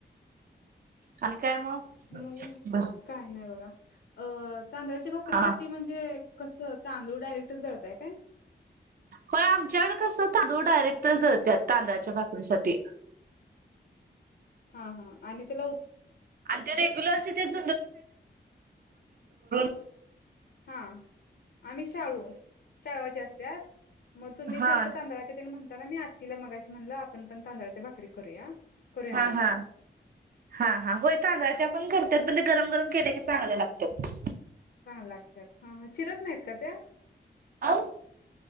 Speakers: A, on the right; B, on the left.
A: आणि काय मग
B: मग
A: बर
B: काय नाही बघा अ तांदळाच्या भाकरीसाठी
A: हा
B: म्हणजे कसं तांदूळ डायरेक्टच दळताय काय?
A: होय आमच्याकडे कस तांदूळ डायरेक्टच दळतात तांदळाच्या भाकरीसाठी.
B: हा हा आणि ते
A: आणि ते रेग्युलर तिथेच <unintelligible>
B: हा आम्ही शाळू शाळवाची अस त्याच मग तुम्ही
A: हा
B: करता तांदळाची तर मी आत्तीला मगाशी म्हणलं आपण पण तांदळाच्या भाकरी करूया. करूया
A: हा
B: म्हणली
A: हा
B: मग
A: हा हा होय, तांदळाच्या पण करतात पणे गरम गरम केल्या की चांगल्या लागत्यात.
B: चांगल लागत्यात ह चिरत नाहीत का त्या.
A: अहो